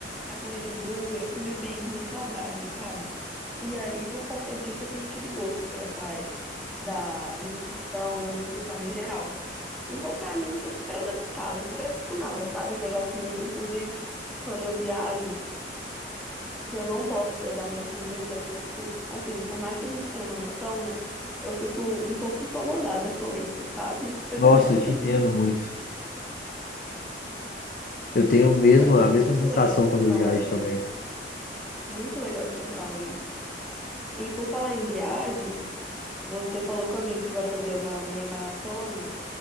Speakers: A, in the centre; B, on the left.
A: a comer verdura, comer bem, mais saudável, sabe? E aí, por conta disso, eu sempre tive gosto por essa área da alimentação, da nutrição em geral. Então, pra mim, sou super adaptada, super acostumada, sabe? A pesar comida, inclusive, quando eu viajo que eu não posso pesar minha comida, que eu fico, assim, por mais que a gente tenha uma noção, né? Eu fico um pouco incomodada com isso, sabe? Você
B: Nossa,
A: também é assim?
B: eu te entendo muito. Eu tenho mesmo
A: Pois
B: a
A: é,
B: mesma
A: muito
B: sensação
A: legal você
B: quando
A: ter falado
B: eu viajo também.
A: isso. Muito legal você ter falado isso. E por falar em viagens, você falou comigo que vai fazer uma meia maratona.